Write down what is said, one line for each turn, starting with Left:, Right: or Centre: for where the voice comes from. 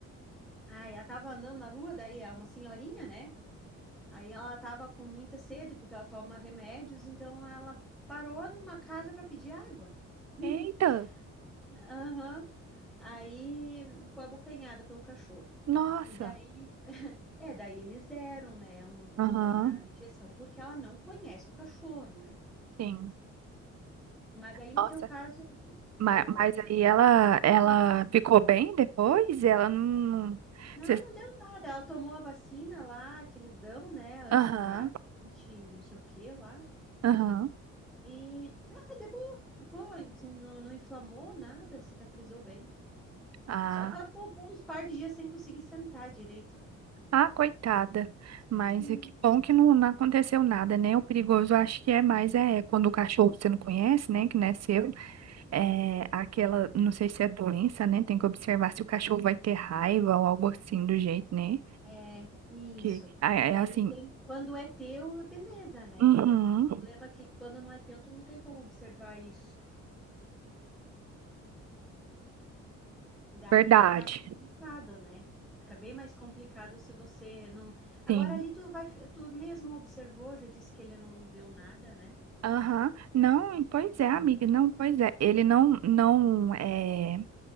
Centre: Aí ela tava andando na rua, daí é uma senhorinha, né? Aí ela estava com muita sede porque ela toma remédios, então ela parou numa casa para pedir água. <laughs>
Right: Eita.
Centre: Aham. Aí foi abocanhada pelo cachorro.
Right: Nossa.
Centre: E daí, <laughs> é, daí eles deram, né, um,
Right: Aham.
Centre: um- a injeção, porque ela não conhece o cachorro, né?
Right: Sim.
Centre: Mas aí no
Right: Nossa.
Centre: teu caso,
Right: Mas,
Centre: o,
Right: mas aí ela, ela
Centre: o mesmo,
Right: ficou
Centre: né?
Right: bem depois? Ela não.
Centre: Não,
Right: Cês-
Centre: não deu nada. Ela tomou a vacina lá que eles dão, né? Anti-rábica,
Right: Aham,
Centre: anti não sei o que lá.
Right: aham.
Centre: E ah, de boa, ficou, não, não inflamou nada, cicatrizou bem.
Right: Ah,
Centre: Só que ela ficou por uns par de dias sem conseguir sentar direito, né?
Right: ah, coitada. Mas
Centre: Sim.
Right: é que bom que não, não aconteceu nada, né? O perigoso acho que é mais é quando o cachorro que você não conhece, né? Que não é seu. É aquela, não sei se é doença, né? Tem que observar se o cachorro vai ter raiva ou algo assim do jeito, né?
Centre: É, isso.
Right: Que ah, é
Centre: Daí
Right: é assim.
Centre: tem, quando é teu, é beleza, né?
Right: Uhum,
Centre: O problema é que quando não é teu, tu não tem como observar isso. Daí
Right: verdade.
Centre: fica mais complicado, né? Fica bem mais complicado se você não. Agora
Right: Sim.
Centre: ali tu vai, fi- tu mesmo observou, já disse que ele não deu nada, né?
Right: Aham, Não, pois é, amiga, não, pois é. Ele não, não, é,